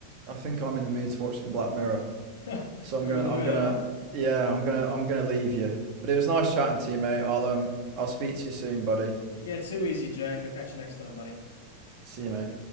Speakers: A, on the right; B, on the left.
A: I think I'm in the mood to watch some Black Mirror,
B: <laughs> Got
A: so I'm gonna,
B: you in the
A: I'm
B: mood,
A: gonna,
B: am I?
A: yeah, I'm gonna, I'm gonna leave you. But it was nice chatting to you, mate. I'll um, I'll speak to you soon, buddy.
B: Yeah, too easy, Jake. I'll catch you next time, buddy.
A: See you, mate.